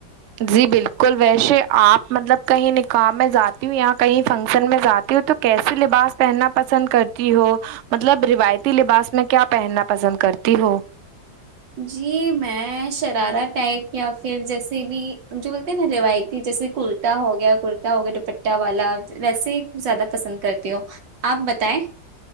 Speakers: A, on the right; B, on the right.
A: جی بالکل ویشے آپ مطلب کہیں نکاح میں جاتی ہوں یا کہیں فنکشن میں جاتی ہوں تو کیسے لباس پہننا پسند کرتی ہو مطلب روایتی لباس میں کیا پہنا پسند کرتی ہو
B: جی میں شرارہ ٹائپ یا پھر جیسے بھی جو بولتے ہیں نا روایتی جیسے کر کتا ہو گیا کرتا ہو گیا دوپٹہ والا ویسے ہی زیادہ پسند کرتی ہوں آپ بتائیں